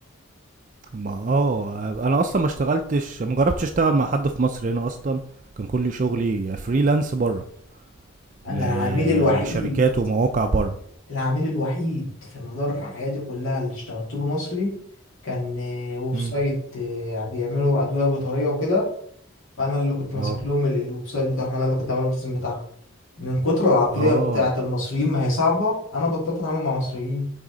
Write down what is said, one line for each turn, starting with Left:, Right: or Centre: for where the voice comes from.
Right: ما اه انا اصلا ما اشتغلتش ما جربتش اشتغل مع حد في مصر هنا اصلا كان كل شغلي فريلانس بره
Left: انا
Right: ل...
Left: العميل الوحيد
Right: لشركات ومواقع بره
Left: العميل الوحيد في مدار حياتي كلها اللي اشتغلت له مصري كان آه، ويب
Right: امم
Left: سايت آه، بيعملوا ادويه بطاريه وكده فانا اللي كنت ماسك
Right: اه
Left: لهم ال- الويب سايت بتاعهم انا اللي كنت عامل التصميم بتاعهم من كتر العقليه
Right: اه
Left: بتاعه المصريين ما هي صعبه انا بطلت اتعامل مع مصريين